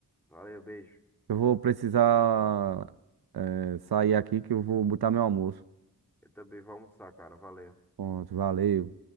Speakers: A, in the centre; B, on the right.
A: Valeu, beijo.
B: Eu vou precisar, eh, sair aqui que eu vou botar meu almoço.
A: Eu também vou almoçar, cara. Valeu.
B: Pronto, valeu.